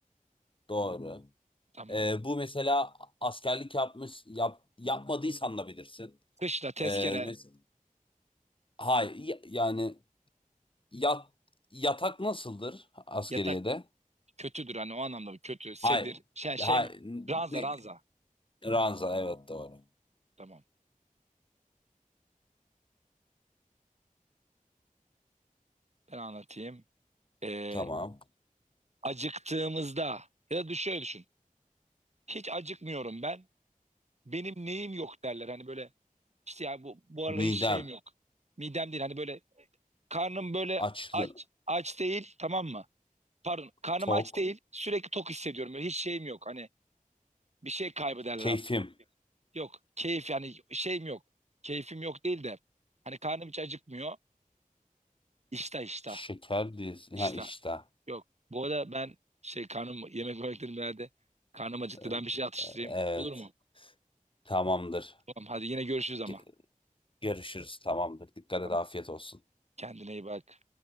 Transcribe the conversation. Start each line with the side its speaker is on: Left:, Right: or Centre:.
Left: Doğru.
Right: Tamam.
Left: Ee, bu mesela askerlik yapmış yap, yapmadıysan da bilirsin.
Right: Kışla tezkere
Left: Ee, mes hayır y- yani yat, yatak nasıldır askeriyede?
Right: yatak kötüdür hani o anlamda kötü. Sedir.
Left: Hayır.
Right: Şey, şey
Left: Hayır.
Right: mi? Ranza
Left: Ne?
Right: ranza.
Left: Ranza evet doğru.
Right: Tamam. Ben anlatayım. Ee,
Left: Tamam.
Right: acıktığımızda ya da düş- şöyle düşün. Hiç acıkmıyorum ben. Benim neyim yok derler. Hani böyle işte ya bu, bu aralar
Left: Midem
Right: hiç şeyim yok. Midem değil. Hani böyle karnım böyle
Left: açlı
Right: aç aç değil tamam mı? Pardon karnım
Left: tok
Right: aç değil. Sürekli tok hissediyorum. Böyle hiç şeyim yok. Hani bir şey kaybederler
Left: keyfim
Right: hatta. Yok keyif yani şeyim yok. Keyfim yok değil de hani karnım hiç acıkmıyor. İştah iştah
Left: şeker diyorsun.
Right: iştah.
Left: Ha işte.
Right: Yok. Bu arada ben şey karnım yemek yemeklerim herhalde. Karnım acıktı.
Left: Ee,
Right: Ben bir şey atıştırayım.
Left: Evet.
Right: Olur mu?
Left: Tamamdır.
Right: Tamam hadi yine görüşürüz ama.
Left: Ge- Görüşürüz. Tamamdır. Dikkat
Right: Tamam.
Left: et. Afiyet olsun.
Right: Kendine iyi bak.